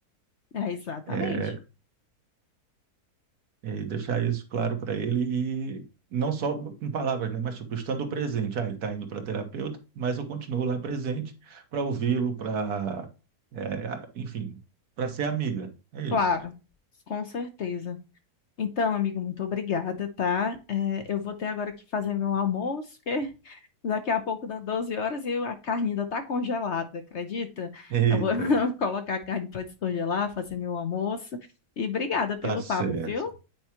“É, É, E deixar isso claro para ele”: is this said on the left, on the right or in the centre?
Right